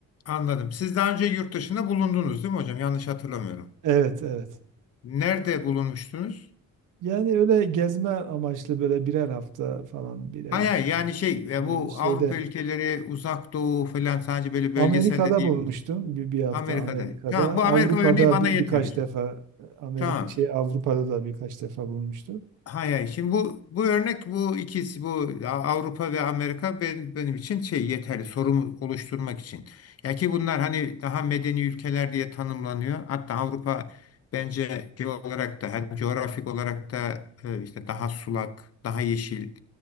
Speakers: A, on the left; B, on the right.
A: anladım. Siz daha önce yurt dışında bulundunuz değil mi hocam? Yanlış hatırlamıyorum.
B: Evet evet.
A: Nerede bulunmuştunuz?
B: Yani öyle gezme amaçlı böyle birer hafta falan birer
A: Hayır,
B: ikişer.
A: hayır, yani şey e,
B: Ee,
A: bu
B: şeyde
A: Avrupa ülkeleri, Uzak Doğu falan sadece böyle
B: Amerika'da
A: bölgesel de değil.
B: bulmuştum bir, bir hafta
A: Amerika'da.
B: Amerika'da.
A: Tamam bu
B: Avrupa'da
A: Amerika örneği bana
B: bir-
A: yeter
B: birkaç
A: hocam.
B: defa Amerika
A: Tamam.
B: şey Avrupa'da da birkaç defa bulmuştum.
A: Hay hay. Şimdi bu bu örnek bu ikisi bu Avrupa ve Amerika benim, benim için şey yeterli sorumu oluşturmak için. Ya ki bunlar hani daha medeni ülkeler diye tanımlanıyor. Hatta Avrupa bence şey olarak da hani coğrafik olarak da e, işte daha sulak, daha yeşil